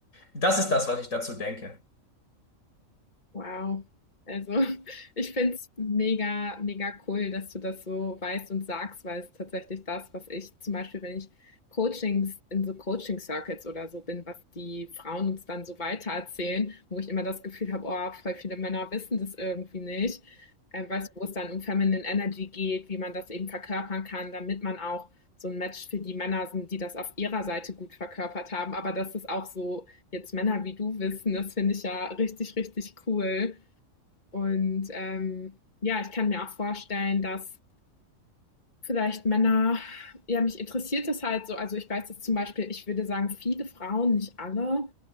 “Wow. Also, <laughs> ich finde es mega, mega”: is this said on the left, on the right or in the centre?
Left